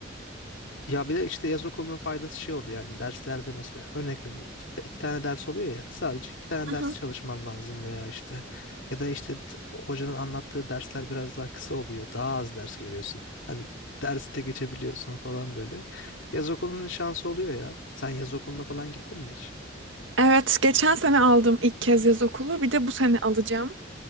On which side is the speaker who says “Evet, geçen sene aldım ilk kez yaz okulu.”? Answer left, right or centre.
Right